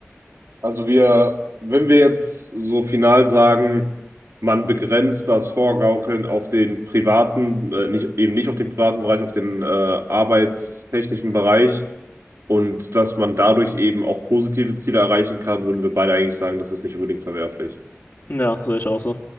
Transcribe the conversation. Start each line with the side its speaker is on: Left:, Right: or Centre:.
Right: Also wir, wenn wir jetzt so final sagen, man begrenzt das Vorgaukeln auf den privaten, äh, nicht, eben nicht auf den privaten Bereich, auf den äh, arbeitstechnischen Bereich und dass man dadurch eben auch positive Ziele erreichen kann, würden wir beide eigentlich sagen, das ist nicht unbedingt verwerflich.
Left: Ja, sehe ich auch so.